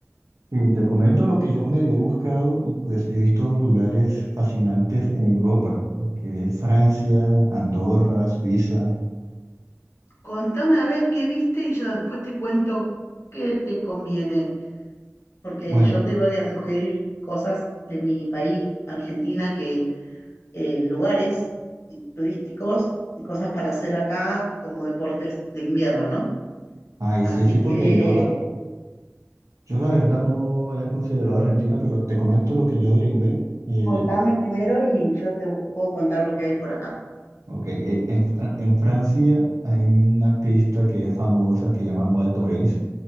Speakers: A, on the right (about 85°); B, on the left (about 60°).
A: Y te comento lo que yo medio he buscado y pues he visto lugares fascinantes en Europa, lo que es Francia, Andorra, Suiza.
B: Contame a ver qué viste y yo después te cuento qué te conviene, porque
A: Bueno,
B: yo te voy a sugerir cosas de mi país, Argentina, que eh, lugares turísticos y cosas para hacer acá como deportes de invierno, ¿no?
A: ay,
B: Así
A: sí, sí, porque
B: que
A: yo la, yo la verdad no había considerado Argentina, pero te comento lo que yo averigüé. Eh,
B: contame primero y yo te puedo contar lo que hay por acá.
A: Ok, eh, en, Fra- en Francia hay una pista que es famosa que se llama Val Thorens,